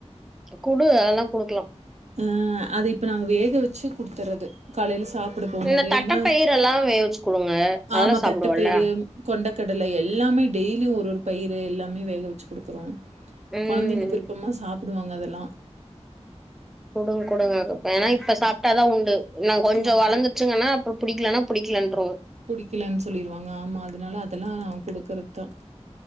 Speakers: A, in the centre; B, on the right.
A: குடு அதெல்லா குடுக்கலா
B: ஆ அத இப்ப நாங்க வேக வச்சு குடுத்துறது காலைல சாப் புட போம்
A: இந்த
B: போது
A: தட்டப்பயிர்
B: ஏனா
A: எல்லா வேவிச்சு குடுங்க அதெல்லா
B: ஆமா
A: சாப்டுவல்ல
B: தட்டப்பயரு கொண்டக்கடல எல்லாமே டெய்லி ஒரு ஒரு பயிரு எல்லாமே வேக வச்சு குடுத்துறுவோ
A: ம்
B: கொழந்தைங்க விருப்பமா சாப்டுவாங்க அதெல்லா
A: குடுங்க குடுங்க ஏனா இப்ப
B: ஆமா
A: சாப்ட்டாதா உண்டு இன்னு கொஞ்சோ
B: ஆமா
A: வளந்து சுங்கன்னா அப்ற புடிக்கலனா புடிக்கலன்றுவோ
B: புடிக்கிலன்னு சொல்லிருவாங்க ஆமா அதனால அதெல்லா குடுக்குறது தா